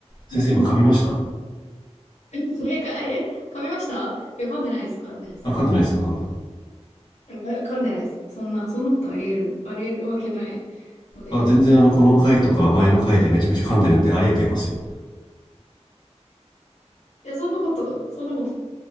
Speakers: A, on the left; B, on the left.
A: 先生今噛みました
B: <laughs> え、か、<laughs> え噛みましたいや、噛んでないです。噛んでないです。
A: あ、噛んでないですかなんだ。
B: 噛んでないです。そんな、そんなことあり得る、あり得るわけないので。
A: あ、全然あの、この回とか前の回でめちゃめちゃ噛んでるんでありえてますよ。
B: いや、そんなこと、そんなこと